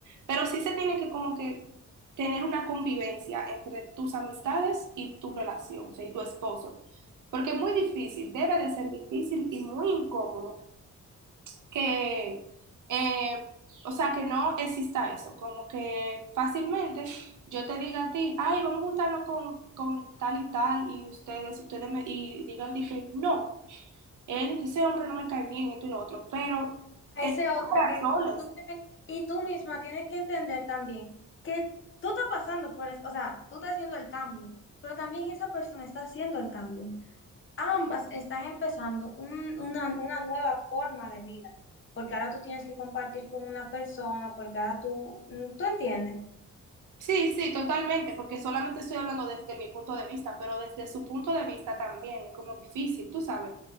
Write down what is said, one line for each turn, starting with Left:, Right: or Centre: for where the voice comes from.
Right: Pero sí se tiene que como que tener una convivencia entre tus amistades y tu relación, o sea, y tu esposo. Porque es muy difícil, debe de ser difícil y muy incómodo que, eh, o sea, que no exista eso, como que fácilmente yo te diga a ti, ay, vamos a juntarnos con, con tal y tal, y ustedes, ustedes me, y digan, dije, no, él, ese hombre no me cae bien, esto y lo otro, pero
Left: esa
Right: es por
Left: es otra
Right: razones.
Left: que tú tienes- y tú misma tienes que entender también que tú estás pasando por eso, o sea, tú estás haciendo el cambio, pero también esa persona está haciendo el cambio. Ambas están empezando un- una, una nueva forma de vida, porque ahora tú tienes que compartir con una persona, porque ahora tú, mm, ¿tú entiendes?
Right: Sí, sí, totalmente, porque solamente estoy hablando desde mi punto de vista, pero desde su punto de vista también es como difícil, tú sabes,